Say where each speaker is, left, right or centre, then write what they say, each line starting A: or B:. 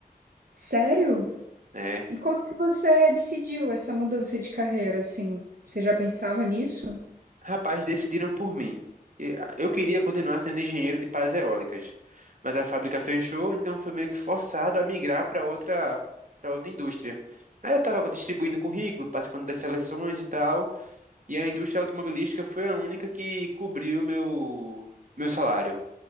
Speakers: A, on the right; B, on the right.
A: Sério?
B: né?
A: E como é que você decidiu essa mudança de carreira, assim? Você já pensava nisso?
B: Rapaz, decidiram por mim. E, ah, Eu queria continuar sendo engenheiro de pás eólicas, mas a fábrica fechou, então foi meio que forçado a migrar para outra, para outra indústria. Aí eu estava distribuindo currículo, participando das seleções e tal, e a indústria automobilística foi a única que cobriu meu meu salário.